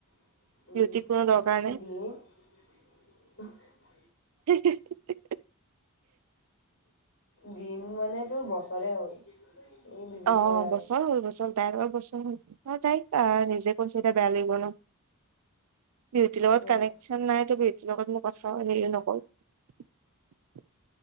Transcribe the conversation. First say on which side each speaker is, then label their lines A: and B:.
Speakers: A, on the left; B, on the right.
A: <unintelligible>
B: বিউটিক কোনো দৰকাৰ নাই <unintelligible>
A: দিন মানে তোৰ বছৰে হ'ল। এই বি বি
B: অ,
A: চি এৰাই
B: বছৰ হ'ল বছৰ হল তাইৰ লগত বছৰ হল অ তাইক নিজে কৈছে এতিয়া বেয়া লাগিব ন। বিউটি
A: সেইটোৱেতো
B: লগত কানেক্ট নাইটো বিউতিৰ লগত মই কথা হেৰিও নকৰো।